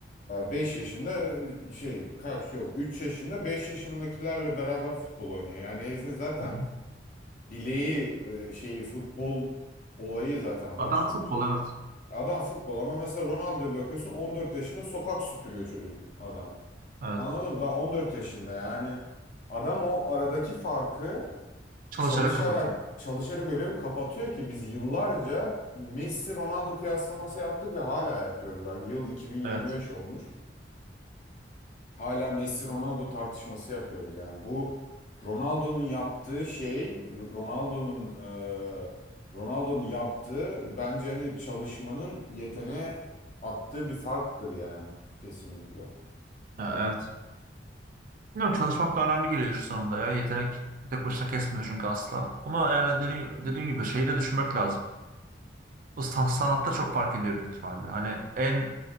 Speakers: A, on the left (about 45°); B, on the right (about 50°).
A: beş yaşında şey kaç yok üç yaşında 5 yaşındakilerle beraber futbol oynuyor. Yani herifin zaten
B: Hı hı.
A: bileği e, şeyi futbol olayı zaten
B: Adam
A: başlamış.
B: futbol evet.
A: Adam futbol ama mesela Ronaldo'ya bakıyorsun 14 yaşında sokak süpürüyor çocuk adam.
B: Evet.
A: Anladın mı? Daha 14 yaşında yani adam o aradaki farkı
B: Çalışarak
A: çalışarak
B: kapatıyor.
A: çalışarak öyle bir kapatıyor ki biz yıllarca Messi Ronaldo kıyaslaması yaptık ve hala yapıyoruz. Bak yıl 2025
B: Evet.
A: olmuş. Hala Messi Ronaldo tartışması yapıyoruz. Yani bu Ronaldo'nun yaptığı şey, Ronaldo'nun e, Ronaldo'nun yaptığı bence hani çalışmanın yeteneğe attığı bir farktır yani kesinlikle.
B: Ya, evet. Bilmiyorum çalışmak da önemli geliyor şu sonunda ya. Yetenek tek başına kesmiyor çünkü asla. Ama yani dediğim, dediğim gibi şeyi de düşünmek lazım. Bu sa- sanatta çok fark ediyor büyük ihtimalle. Hani en